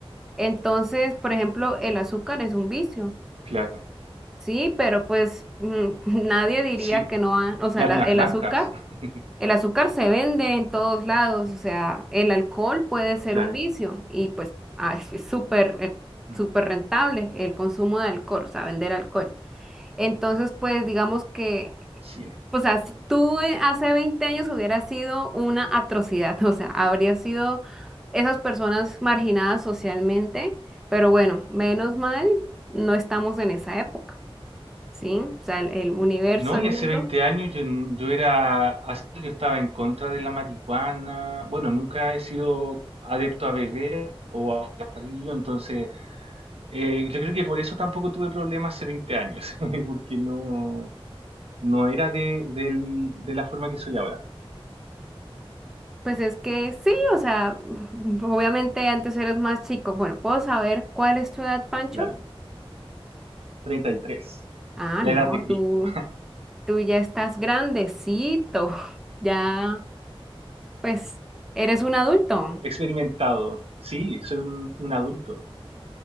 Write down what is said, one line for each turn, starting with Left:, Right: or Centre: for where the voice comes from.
Centre: Entonces, por ejemplo, el azúcar es un vicio,
Right: claro,
Centre: sí, pero pues mm, <laughs> nadie diría
Right: sí,
Centre: que no, ha- o sea,
Right: las
Centre: la-
Right: harinas
Centre: el
Right: blancas,
Centre: azúcar.
Right: <laughs>
Centre: El azúcar se vende en todos lados, o sea, el alcohol puede ser
Right: claro,
Centre: un vicio y pues ah, es es súper, eh,
Right: ujú,
Centre: súper rentable el consumo de alcohol, o sea, vender alcohol. Entonces, pues digamos que,
Right: sí.
Centre: o sea, si tú eh, hace 20 años hubiera sido una atrocidad, <laughs> o sea, habría sido esas personas marginadas socialmente, pero bueno, menos mal, no estamos en esa época, ¿sí? O sea, el el universo,
Right: No,
Centre: el
Right: y
Centre: mundo.
Right: hace 20 años yo, n- yo era, as- yo estaba en contra de la marihuana. Bueno, nunca he sido adepto a beber, a río, entonces eh, yo creo que por eso tampoco tuve problemas hace 20 años, <laughs> porque no, no era de, del- de la forma que soy ahora,
Centre: Pues es que sí, o sea, <laughs> obviamente antes eras más chico. Bueno, ¿puedo saber cuál es tu edad, Pancho?
Right: claro. treinta y tres,
Centre: Ah,
Right: la
Centre: no,
Right: edad de Cristo.
Centre: tú, tú ya estás grandecito, <laughs> ya, pues, eres un adulto.
Right: <laughs> Experimentado, sí, soy un, un adulto.